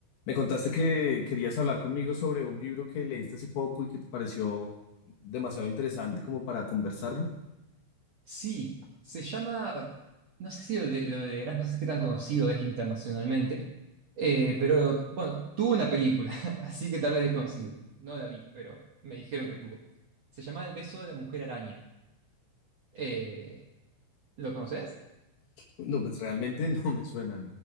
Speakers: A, on the left (about 70°); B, on the right (about 75°).
A: Me contaste que querías hablar conmigo sobre un libro que leíste hace poco y que te pareció demasiado interesante como para conversarlo.
B: Sí, se llama, no sé si lo, de, lo leerás, no sé qué tan conocido es internacionalmente, eh, pero bueno, tuvo una película, <laughs> así que tal vez es conocido. No la vi, pero me dijeron que tuvo. Se llama El beso de la mujer araña. Eh, ¿lo conoces?
A: No, pues realmente <laughs> no me suena.